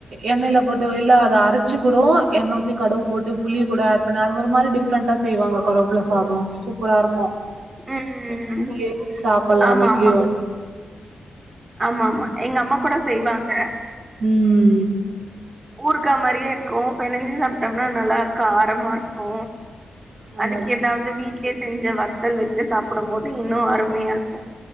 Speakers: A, on the right; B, on the right.
A: எண்ணெயில போட்டு இல்ல அத அரைச்சு கூட எண்ண ஊத்தி கடுவு போட்டு புளி கூட ஆட் பண்ணி அது ஒரு மாரி டிஃப்ரெண்டா செய்வாங்க கருவோப்புல சாதோ சூப் புரா இருக்கு
B: ம் ம் ம்
A: சாப்பிட்லா
B: ஆமா
A: வீட்லி
B: ஆமா
A: ஒன்
B: ஆமா ஆமா எங்க அம்மா கூட செய்வாங்க
A: உ உ
B: ஊர்கா மாரியே இருக்கு பெணஞ்சு சாப்ட்டோம்னா நல்லா இருக்கா ரமாருக்கு
A: ஆமா
B: அதுக்கு ஏதாவது வீட் லே செஞ்ச வத்தல் வச்சு சாப்பிடம்போது இன்னு அருமையா இருக்கு